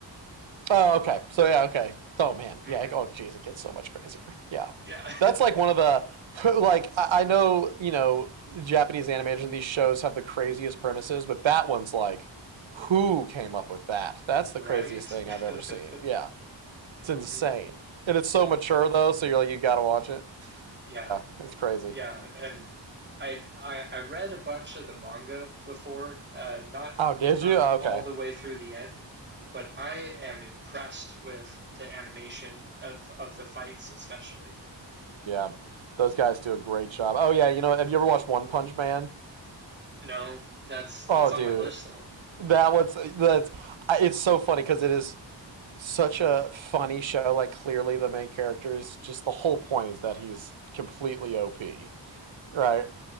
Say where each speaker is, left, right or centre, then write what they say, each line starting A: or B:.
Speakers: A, on the right; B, on the right.
A: Oh, okay. So yeah, okay. Oh man,
B: hmm
A: yeah. like, Oh, geez, it gets so much crazier. Yeah,
B: Yeah.
A: that's like one of the <laughs> like I, I know you know Japanese animation. these shows have the craziest premises, but that one's like, who came up with that? That's
B: <laughs>
A: the
B: right.
A: craziest thing I've ever
B: <laughs>
A: seen. Yeah, it's
B: hmm
A: insane, and it's so mature though. So you're like, you got to watch it.
B: Yeah.
A: Yeah, it's crazy.
B: Yeah. And I, I I read a bunch of the manga before, uh, not
A: Oh, did
B: not
A: you? Oh,
B: all
A: okay.
B: the way through the end, but I am impressed with the animation of of the fights especially.
A: Yeah, those guys do a great job. Oh yeah, you know, have you ever watched One Punch Man?
B: No, that's
A: Oh,
B: that's on
A: dude,
B: my list though.
A: that one's that's I- it's so funny because it is such a funny show. Like clearly the main character is just the whole point is that he's completely OP, right?